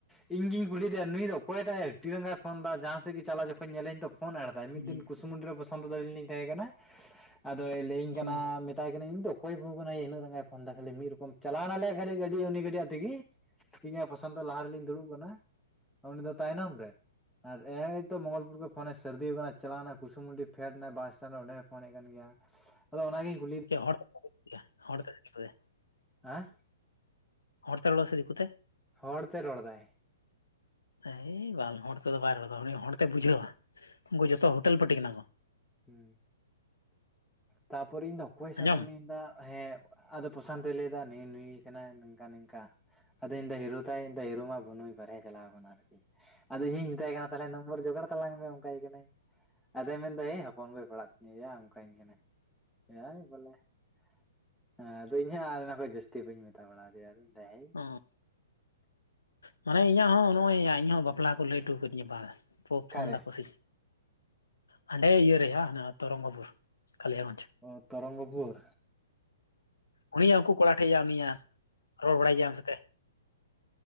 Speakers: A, in the centre; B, on the left (about 75°).
A: ᱤᱧ ᱜᱮᱧ ᱠᱩᱞᱤᱫᱮᱭᱟ ᱱᱩᱭ ᱫᱚ ᱚᱠᱚᱭᱴᱟᱜ ᱟᱹᱰᱤ ᱨᱟᱸᱜᱟᱭ ᱯᱷᱚᱱ ᱮᱫᱟ ᱡᱟᱦᱟᱸᱥᱮᱫ ᱜᱮ ᱪᱟᱞᱟ ᱡᱚᱠᱷᱚᱱ ᱧᱮᱞᱤᱧ ᱫᱚ ᱯᱷᱳ ᱮᱲ ᱢᱤᱫ
B: ᱦᱮᱸ
A: ᱫᱤᱱ ᱠᱩᱥᱩᱢᱚᱱᱰᱤ ᱨᱮ ᱯᱚᱥᱟᱱᱛ ᱛᱟᱞᱤᱧ ᱛᱟᱦᱮᱸ ᱠᱟᱱᱟ ᱟᱫᱚᱭ ᱞᱟᱹᱭᱟᱹᱧ
B: ᱦᱮᱸ
A: ᱠᱟᱱᱟ
B: ᱦᱮᱸ
A: ᱢᱮᱛᱟᱭ ᱠᱟᱱᱟ ᱤᱧ ᱫᱚ ᱚᱠᱚᱭ ᱵᱟᱦᱩ ᱠᱟᱱᱟᱭ ᱤᱱᱟᱹᱜ ᱨᱟᱸᱜᱟᱭ ᱯᱷᱳᱱᱫᱟ ᱠᱷᱟᱹᱞᱤ ᱢᱤᱫ ᱨᱚᱠᱚᱢ ᱪᱟᱞᱟᱣᱱᱟᱞᱮ ᱠᱷᱟᱹᱞᱤ ᱜᱟᱹᱰᱤ ᱩᱱᱤ ᱜᱟᱹᱰᱤᱭᱟᱹ ᱛᱮᱜᱮ ᱤᱧ ᱟᱨ ᱯᱚᱥᱟᱱᱛᱚ ᱞᱟᱦᱟ ᱨᱮᱞᱤᱧ ᱫᱩᱲᱩᱵ ᱠᱟᱱᱟ ᱩᱱᱤ ᱫᱚ ᱛᱟᱭᱱᱚᱢ ᱨᱮ ᱟᱨ ᱮᱛᱚ ᱢᱚᱝᱜᱚᱞᱯᱩᱨ ᱠᱚ ᱯᱷᱳᱱᱭ ᱥᱟᱹᱨᱫᱤ ᱟᱠᱟᱱᱟ ᱪᱟᱞᱟᱣᱱᱟ ᱠᱩᱥᱩᱢᱩᱱᱰᱤ ᱯᱷᱮᱰ ᱱᱟᱭ ᱵᱟᱥ ᱥᱴᱮᱱᱰ ᱨᱮ ᱚᱸᱰᱮᱭ ᱯᱷᱳᱱᱮᱫ ᱠᱟᱱ ᱜᱮᱭᱟ ᱟᱫᱚ ᱚᱱᱟᱜᱮᱧ ᱠᱩᱞᱤ
B: ᱪᱮᱫ ᱦᱚᱲ ᱦᱚᱲᱛᱮ ᱥᱮ ᱫᱤᱠᱩᱛᱮ
A: ᱦᱮᱸ
B: ᱦᱚᱲ ᱛᱮ ᱨᱚᱲᱟ ᱥᱮ ᱫᱤᱠᱩ ᱛᱮ
A: ᱦᱚᱲ ᱛᱮ ᱨᱚᱲ ᱮᱫᱟᱭ
B: ᱮᱭ ᱵᱟᱝ ᱦᱚᱲ ᱛᱮᱫᱚ ᱵᱟᱭ ᱨᱚᱲᱫᱟ ᱩᱱᱤ ᱦᱚᱲᱛᱮ ᱵᱩᱡᱷᱟᱹᱣᱟ ᱩᱱᱠᱩ ᱡᱚᱛᱚ ᱦᱳᱴᱮᱞ ᱯᱟᱴᱤ ᱠᱟᱱᱟ ᱠᱚ
A: ᱦᱮᱸ ᱛᱟᱯᱚᱨᱮ ᱤᱧ ᱫᱚ ᱚᱠᱚᱭ ᱥᱟᱛᱮ
B: ᱟᱸᱡᱚᱢ
A: ᱩᱱᱤ ᱢᱮᱱᱫᱟ ᱦᱮᱸ ᱟᱫᱚ ᱯᱨᱚᱥᱟᱱᱛᱚᱭ ᱞᱟᱹᱭᱫᱟ ᱱᱩᱭ ᱱᱩᱭ ᱠᱟᱱᱟᱭ ᱱᱚᱝᱠᱟ ᱱᱤᱝᱠᱟ ᱟᱫᱚ ᱤᱧ ᱞᱟᱹᱭ ᱫᱟ ᱦᱤᱨᱳ ᱛᱟᱭ ᱟᱫᱚᱭ ᱢᱮᱱᱫᱟ ᱦᱤᱨᱳ ᱢᱟ ᱵᱟᱹᱱᱩᱭ ᱵᱟᱨᱦᱮ ᱪᱟᱞᱟᱣ ᱟᱠᱟᱱᱟ ᱟᱨᱠᱤ ᱟᱫᱚ ᱤᱧ ᱢᱮᱛᱟᱭ ᱠᱟᱱᱟ ᱛᱟᱦᱚᱞᱮ ᱱᱚᱢᱵᱚᱨ ᱡᱚᱜᱟᱲ ᱛᱟᱞᱟᱝ ᱢᱮ ᱚᱱᱠᱟᱭ ᱠᱟᱱᱟᱭ ᱟᱫᱚᱭ ᱢᱮᱱᱫᱟ ᱦᱮᱸ ᱦᱚᱯᱚᱱ ᱯᱮ ᱯᱟᱲᱟᱜ ᱠᱟᱱᱟ ᱱᱮᱭᱟ ᱚᱱᱠᱟᱧ ᱠᱟᱱᱟᱭ ᱦᱮᱸ ᱵᱚᱞᱮ ᱦᱮᱸ ᱟᱫᱚ ᱤᱧ ᱦᱚᱸ ᱟᱨ ᱚᱱᱟ ᱠᱷᱚᱱ ᱡᱟᱹᱥᱛᱤ ᱵᱟᱹᱧ ᱢᱮᱛᱟ ᱵᱟᱲᱟᱫᱮᱭᱟ ᱫᱚᱧ ᱦᱟᱹᱭ
B: ᱚ ᱢᱟᱱᱮ ᱤᱧᱟᱹᱜ ᱦᱚᱸ ᱱᱚᱜᱼᱚᱭ ᱤᱧᱦᱚ ᱵᱟᱯᱞᱟ ᱠᱚ ᱞᱟᱹᱭ ᱦᱚᱴᱚ ᱠᱟᱹᱫᱤᱧᱟ ᱵᱟ ᱯᱚ
A: ᱚᱠᱟᱨᱮ
B: ᱯᱷᱳᱱ ᱮᱫᱟᱠᱚ ᱥᱮ ᱦᱟᱸᱰᱮ ᱤᱭᱟᱹ ᱨᱮ ᱦᱟ ᱛᱚᱨᱚᱝᱜᱚᱯᱩᱨ᱾ ᱠᱟᱞᱤᱭᱟᱜᱚᱸᱡᱽ
A: ᱚ ᱛᱚᱨᱚᱝᱜᱚᱯᱩᱨ᱾
B: ᱩᱱᱤᱭᱟᱜ ᱩᱱᱠᱩ ᱠᱚᱲᱟ ᱴᱷᱮᱡᱭᱟ ᱩᱱᱤᱭᱟᱜ ᱨᱚᱲ ᱵᱟᱲᱟᱭ ᱜᱮᱭᱟ ᱟᱢ ᱥᱟᱛᱮ᱾